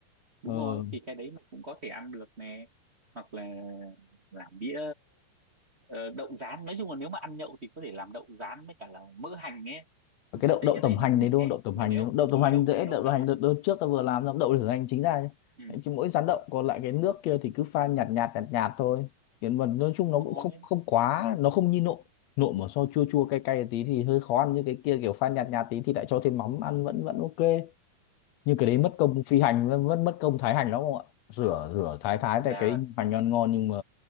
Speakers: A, on the right (about 20°); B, on the left (about 80°).
A: đúng
B: ờ
A: rồi thì cái đấy mình cũng có thể ăn được nè hoặc là làm đĩa ờ, đậu rán nói chung là nếu mà ăn nhậu thì có thể làm đậu rán với cả là mỡ hành ấy thì
B: cái
A: tao
B: đậu
A: thấy
B: đậu
A: cái đấy
B: tẩm hành
A: nó cũng
B: đấy
A: dễ
B: đúng không đậu tẩm
A: mày
B: hành
A: thấy
B: đấy
A: không
B: đúng không? đậu tẩm
A: ừ
B: hành
A: đậu
B: dễ
A: đậu
B: đậu tẩm
A: tẩm
B: hành
A: hành
B: đợt, đợt trước ta vừa làm xong đậu tẩm hành chính ra nhá.
A: ừ
B: chứ mỗi rán đậu còn lại cái nước kia thì cứ pha nhạt nhạt nhạt nhạt thôi hiện vật nói chung
A: đúng
B: nó
A: rồi
B: cũng không không quá nó không như nộm nộm mà so chua chua cay cay tí thì hơi khó ăn như cái kia kiểu pha nhạt nhạt tí thì lại cho thêm mắm ăn vẫn vẫn ok nhưng cái đấy mất công phi hành mất mất mất công thái hành lắm không ạ rửa rửa thái
A: thực
B: thái
A: ra
B: tại cái
A: là
B: hành ngon ngon nhưng mà